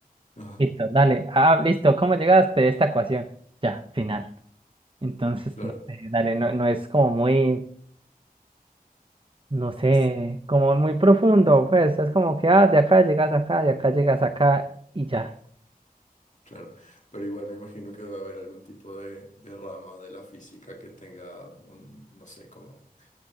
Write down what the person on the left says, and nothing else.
Ajá.
Claro.
Es-
Claro. Pero igual me imagino que debe haber algún tipo de, de rama de la física que tenga un, no sé, como